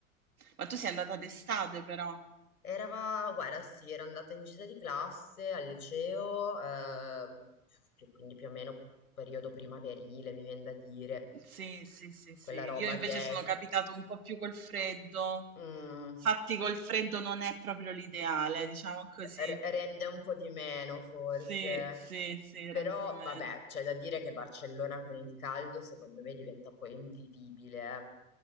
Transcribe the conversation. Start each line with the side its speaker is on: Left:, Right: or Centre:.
Right: Ma tu sei andata d'estate però.
Left: Era, guarda, sì, era andata in gita di classe al liceo, ehm, più- quindi più o meno periodo primaverile, mi viene da dire,
Right: Sì, sì, sì, sì.
Left: quella roba
Right: Io invece
Left: che
Right: sono
Left: è...
Right: capitato un po' più col freddo.
Left: mm,
Right: Infatti col freddo non è proprio l'ideale, diciamo così.
Left: r- rende un po' di meno forse.
Right: Sì, sì, sì,
Left: Però
Right: rende di meno.
Left: vabbè, c'è da dire che Barcellona con il caldo secondo me diventa poi invivibile. eh.